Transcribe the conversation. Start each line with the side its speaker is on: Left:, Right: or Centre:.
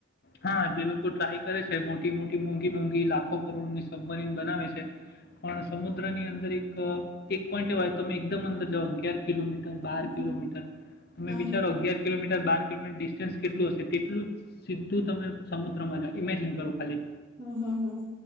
Left: હા જે લોકો ટ્રાય કરે છે મોટી-મોટી મોંઘી-મોંઘી લાખો કરોડની સબમરીન બનાવે છે પણ સમુદ્રની ની અંદર એક એક પોઈન્ટ એવાય તમે એકદમ અંદર જાવ અગિયાર કિલોમીટર બાર
Right: હમ હમ
Left: કિલોમીટર તમે
Right: હમ
Left: વિચારો અગિયાર કિલોમીટર બાર, કિલોમીટર ડિસ્ટન્સ કેટલું હશે, તેટલું સીધું તમે સમુદ્ર જા ઇમેજિન કરો ખાલી
Right: હમ્મ, હમ્મ હા